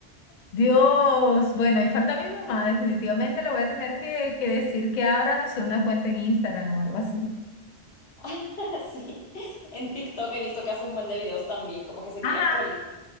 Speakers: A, on the left; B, on the left.
A: Dios, bueno, y falta mi mamá, definitivamente le voy a tener que, que decir que abra, no sé, una cuenta en Instagram o algo así.
B: <laughs> sí. En TikTok he visto que hace un buen de videos también, como que se
A: Ah,
B: quiere actualizar.